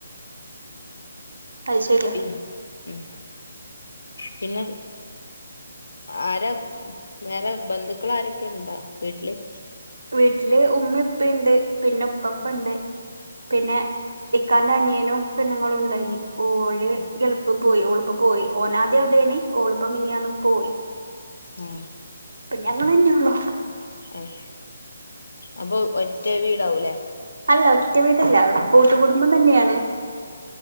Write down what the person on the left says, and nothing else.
ഉം ഉം പിന്നെ ആരാ വേറെ ബന്ധുക്കൾ ആരൊക്കെ ഉണ്ടോ വീട്ട ൽ
ഉം
ഉം
ഉം അപ്പൊ ഒറ്റ വീടാവൂലേ